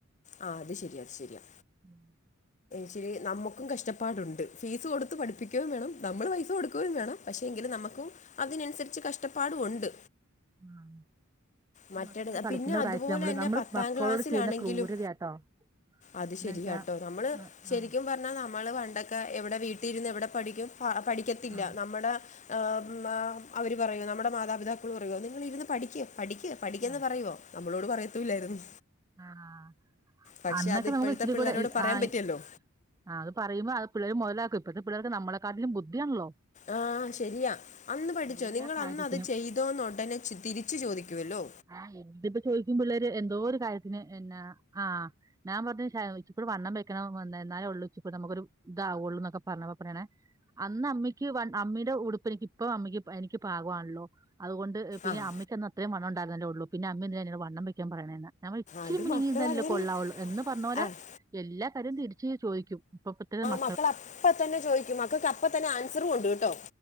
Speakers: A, on the left; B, on the right.
A: ആഹ് അത് ശരിയ ത് ശരിയാ
B: ഉം
A: ശരി നമുക്കും കഷ്ടപ്പാടുണ്ട് ഫീസ് കൊടുത്ത് പഠിപ്പിക്കുകയും വേണം നമ്മൾ പൈസ കൊടുക്കുകയും വേണം പക്ഷേ എങ്കിലും നമുക്കും അതിനനുസരിച്ച് കഷ്ടപ്പാടും ഉണ്ട്
B: ആഹ്
A: മറ്റേത്
B: മക്കള് കളിക്കണ്ട
A: പിന്നെ
B: പ്രായത്തിൽ
A: അതുപോലെ
B: നമ്മള്
A: തന്നെ
B: നമ്മള്
A: പത്താം
B: മക്കളോട്
A: ക്ലാസ്സിലാണെങ്കിലും
B: ചെയ്യുന്ന ക്രൂരതയാട്ടോ
A: അത്
B: എന്നാ
A: ശരിയാട്ടോ
B: വെച്ചാ
A: നമ്മള്
B: ആഹ് ആഹ്
A: ശരിക്കും പ നമ്മള് പണ്ടൊക്കെ എവിടെ വീട്ടിര്ന്ന് എവിടെ പഠിക്കും പഠിക്കത്തില്ല
B: ആഹ്
A: നമ്മടെ ങ് അവര് പറയു നമ്മടെ മാതാപിതാക്കൾ പറയു നിങ്ങളിരുന്ന് പഠിക്ക് പഠിക്ക് പഠിക്കന്ന്
B: ആഹ്
A: പറയുവോ നമ്മളോട് പറയത്തൂല്ലായിരുന്നു
B: അ ആഹ്
A: പക്ഷെ
B: അന്നൊക്കെ
A: അത് ഇപ്പോഴത്തെ
B: നമുക്ക് ഇച്ചരി
A: പിള്ളേരോട്
B: കൂടെ
A: പറയാൻ
B: ആഹ്
A: പറ്റുവല്ലോ
B: ആഗ് അത് പറയുമ്പോ അത് പിള്ളേര് മുതലാക്കും ഇപ്പഴത്തെ പിള്ളേർക്ക് നമ്മളെ കാട്ടിലും ബുദ്ധിയാണല്ലോ
A: ആഹ് ശരിയാ അന്ന് പഠിച്ചോ
B: എല്ലാ
A: നിങ്ങളന്ന്
B: കാര്യത്തിനും
A: അത് ചെയ് തോന്ന് ഉടനെ തിരിച്ച് ചോദിക്കുവല്ലോ
B: ആഹ് എന്തിപ്പോ ചോദിക്കുമ്പോ പിള്ളേര് എന്തോ ഒരു കാര്യത്തിന് എന്നാ ആഹ് ഞാൻ പറഞ്ഞു ശ <unintelligible> വണ്ണം വെക്കണം എന്നാലെ ഒള്ളു <unintelligible> നമക്കൊരു താവൊള്ളൂ നക്ക പറർഞ്ഞപ്പങ്ങനെ അന്ന് അമ്മിക്ക് വ അമ്മിയുടെ ഉടുപ്പ് എനിക്ക് ഇപ്പ അമ്മിക്ക് എനിക്ക് പാകവാണല്ലോ അതുകൊണ്ട് പിന്നെ
A: ആഹ്
B: അമ്മിക്കന്ന് അത്രയും വണംണ്ടയിരുന്നല്ലേള്ളൂ പിന്നെ അമ്മിന്തിന ങ്ങനെ വണ്ണം വെക്കാൻ പറയ്ണെന്ന് ഞമ്മൾ
A: അത് മക്കളങ്ങനെ
B: <unintelligible> കൊള്ളാവുള്ളു എന്ന് പറഞ്ഞ പോരെ
A: ആഹ്
B: എല്ലാ കാര്യവും തിരിച്ച് ചോദിക്കും ഇപ്പ പ്പത്തെ മ
A: മക്കള അപ്പ തന്നെ ചോയിക്കും മക്കൾക്ക് അപ്പ തന്നെ ആൻസറും ഉണ്ട് ട്ടോ